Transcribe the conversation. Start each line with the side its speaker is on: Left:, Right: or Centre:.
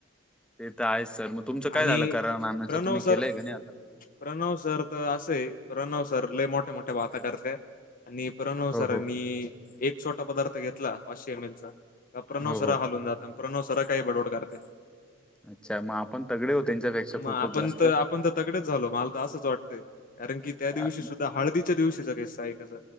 Centre: ते तर आहेच सर मग तुमचं काय
Left: आणि
Centre: झालं करा माम्याच
Left: प्रणव
Centre: तुम्ही
Left: सर
Centre: केलंय का नाही आता
Left: प्रणव सर तर असय प्रणव सर लय मोठे मोठे वाता करतय आणि प्रणव सरानी
Centre: हो हो
Left: एक छोटा पदार्थ घेतला पाचशे एम एलचा का प्रणव
Centre: हो
Left: सरा
Centre: हो
Left: हालून जात प्रणव सरा काही बडबड करत्यात
Centre: अच्छा मग आपण तगडे हो त्यांच्यापेक्षा
Left: मग
Centre: खूपच
Left: आपण
Centre: जास्त
Left: तर आपण तर तगडेच झालो माल असंच वाटतय कारणकी त्या
Centre: कारण
Left: दिवशी सुद्धा तर हळदीच्या दिवशीचा किस्सा आहे कसा